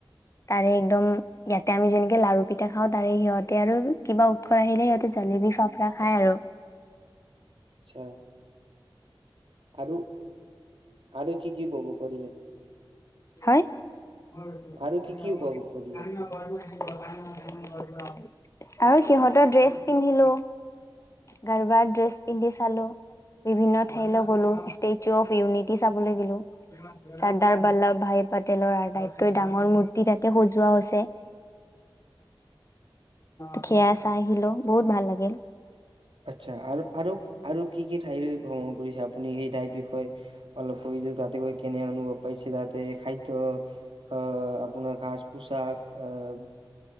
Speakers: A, on the left (about 35°); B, on the right (about 80°).
A: তাৰে একদম ইয়াতে আমি যেনেক লাৰু পিঠা খাওঁ তাৰে সিহঁতে আৰু কিবা উৎসৰ আহিলে সিহঁতে জালেবি- চফৰা খাই আৰু-
B: চা আৰু- আৰু কি কি কব কৰিলে
A: হয় আৰু
B: আৰু কি কি উপভোগ কৰিলে
A: সিহঁত টা ড্ৰেছ পিন্ধিলো গাৰবাৰ ড্ৰেছ পিন্ধি চালো বিভিন্ন ঠাইলৈ গলো ষ্টেচু অফ ইউনিটি চাবলৈ গিলো চৰ্দাৰ বল্লভ ভাই পটেলৰ আটাইতকৈ ডাঙৰ মূৰ্তি তাতে সজোৱা হৈছে সেয়া চাই আহিলো বহুত ভাল লাগিল।
B: আচ্ছা আৰু আৰু আৰু কি কি ঠাইলৈ ভ্ৰমণ কৰিছে আপুনি সেই ঠাইৰ বিষয়ে অলপ কৰিলেও তাতে গৈ কেনে অনুভৱ পাইছে, তাতে খাদ্য আহ আপোনাৰ সাজ পোচাক আহ